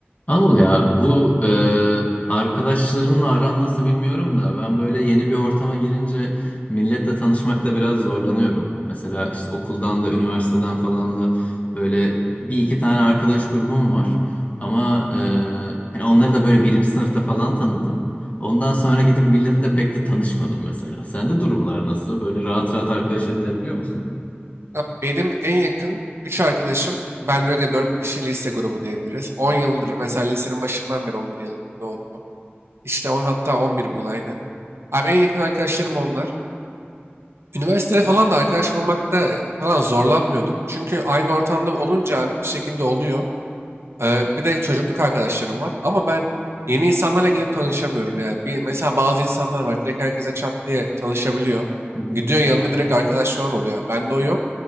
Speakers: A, on the left; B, on the right.
A: Anıl ya bu e, arkadaşlarınla aran nasıl bilmiyorum da ben böyle yeni bir ortama girince milletle tanışmakta biraz zorlanıyorum. Mesela işte okuldan da üniversiteden falan da böyle bir iki tane arkadaş grubum var. Ama e, hani onları da böyle birinci sınıfta falan tanıdım. Ondan sonra gidip milletle pek de tanışmadım mesela. Sende durumlar nasıl? Böyle rahat rahat arkadaş edinebiliyor musun?
B: Ya Benim en yakın 3 arkadaşım, benle öyle 4 kişi lise grubu diyebiliriz. On yıldır
A: Hı
B: mesela lisenin başından beri 11 yıldır ne oluyor? İşte 10 hatta 11 yıl aynı. Abi en yakın arkadaşlarım onlar. Üniversitede falan da arkadaş bulmakta e, falan zorlanmıyordum. Çünkü aynı ortamda olunca abi bir şekilde oluyor. Ee, bir de çocukluk arkadaşlarım var. Ama ben yeni insanlarla gidip tanışamıyorum yani. Bir, mesela bazı insanlar var direkt herkese çat diye tanışabiliyor.
A: hı,
B: Gidiyor yanına direkt arkadaş falan oluyor. Bende o yok.